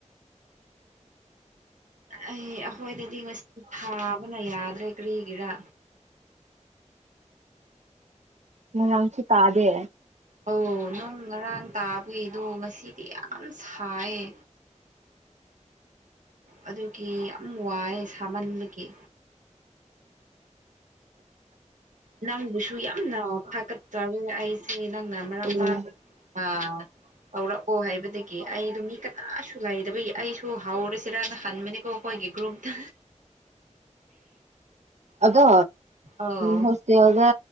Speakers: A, on the right (about 80°); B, on the right (about 65°).
A: ꯑꯩ ꯑꯈꯣꯏꯗꯗꯤ ꯉꯁꯤꯗꯤ ꯊꯥꯕꯅ ꯌꯥꯗ꯭ꯔꯦ ꯀꯔꯤꯒꯤꯔꯥ
B: ꯉꯔꯥꯡꯁꯨ ꯇꯥꯗꯦ
A: ꯑꯧ ꯅꯣꯡ ꯉꯔꯥꯡ ꯇꯥꯕꯩꯗꯨ ꯉꯁꯤꯗꯤ ꯌꯥꯝ ꯁꯥꯏꯌꯦ ꯑꯗꯨꯒꯤ ꯌꯥꯝ ꯋꯥꯏ ꯁꯥꯃꯟꯕꯒꯤ ꯅꯪꯕꯨꯁꯨ ꯌꯥꯝꯅ ꯐꯥꯒꯠꯆꯔꯦ ꯑꯩꯁꯦ ꯅꯪꯅ ꯃꯔꯛ
B: ꯎꯝ
A: ꯃꯔꯛ ꯑꯥ ꯍꯧꯔꯛꯑꯣ ꯍꯥꯏꯕꯗꯒꯤ ꯑꯩꯗꯣ ꯃꯤ ꯀꯅꯥꯁꯨ ꯂꯩꯇꯕꯒꯤ ꯑꯩꯁꯨ ꯍꯧꯎꯔꯁꯤꯔꯅ ꯍꯟꯕꯅꯤꯀꯣ ꯑꯩꯈꯣꯏꯒꯤ ꯒ꯭ꯔꯨꯞꯇ
B: ꯑꯗꯣ
A: ꯑꯧ
B: ꯍꯣꯁꯇꯦꯜꯗ